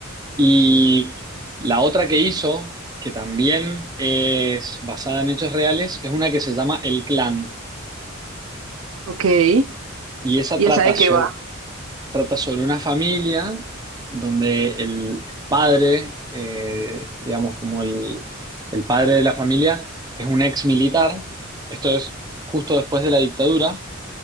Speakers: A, on the right (about 20°); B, on the right (about 80°).
A: y la otra que hizo, que también es basada en hechos reales, es una que se llama El Clan.
B: Ok. ¿Y
A: Y esa trata
B: esa de
A: so-
B: qué va?
A: trata sobre una familia donde el, el padre, eh, digamos, como el, el padre de la familia, es un ex militar, esto es justo después de la dictadura,